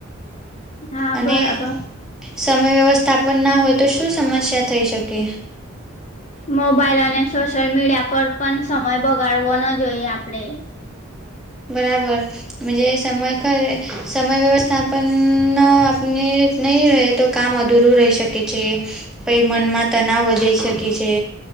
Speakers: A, on the left; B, in the centre.
A: હા
B: અને
A: બરાબર.
B: સમય વ્યવસ્થાપન ના હોય તો શું સમસ્યા થઈ શકે
A: મોબાઈલ અને સોશિયલ મીડિયા પર પણ સમય બગાડવો ન જોઈએ આપણેે
B: બરાબર જ સમય ખ સમય વ્યવસ્થાપન આપને નહી રહે તો કામ અધૂરું રહી શકે છે પઈ મનમાં તનાવ વધી શકે છે.